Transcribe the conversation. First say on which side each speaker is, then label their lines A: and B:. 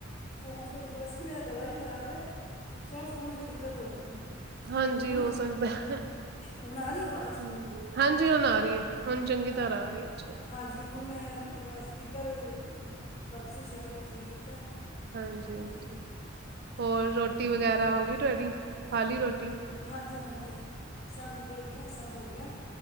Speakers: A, on the left (about 35°); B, on the right (about 50°).
A: ਫੋਨ ਚ ਕੋਈ ਦਿੱਕਤ, ਵੈਸੇ ਤਾਂ ਮੇਰਾ ਗਲਾ ਵੀ ਖ਼ਰਾਬ ਹੈ। ਸ਼ਾਇਦ ਫੋਨ ਚ ਕੋਈ ਦਿੱਕਤ ਹੋਏਗੀ।
B: ਹਾਂਜੀ,
A: ਹੁਣ
B: ਹੋ ਸਕਦਾ ਏ।
A: ਹੁਣ ਆ ਰਹੀ ਆਵਾਜ਼
B: ਹੂੰ। ਹਾਂਜੀ, ਹੁਣ ਆ ਰਹੀ ਹੈ। ਹੁਣ ਚੰਗੀ
A: ਹਾਂ
B: ਤਰਾਂ ਆ ਰਹੀ ਹੈ। ਅੱਛੀ ਗੱਲ।
A: ਹਾਂਜੀ, ਹੁਣ ਮੈਂ ਥੋੜਾ ਸਪੀਕਰ ਘੱਟ ਸੀ, ਸ਼ਾਇਦ। ਉਹ ਠੀਕ ਕੀਤਾ।
B: ਹਾਂਜੀ
A: ਅਤੇ
B: ਹਾਂਜੀ ਹੋਰ, ਰੋਟੀ ਵਗੈਰਾ ਹੋ ਗਈ ਤੁਹਾਡੀ। ਖਾ ਲੀ ਰੋਟੀ?
A: ਹਾਂਜੀ- ਹਾਂਜੀ, ਸਭ ਨਿਬੜ ਗਿਆ। ਸਭ ਹੋ ਗਿਆ।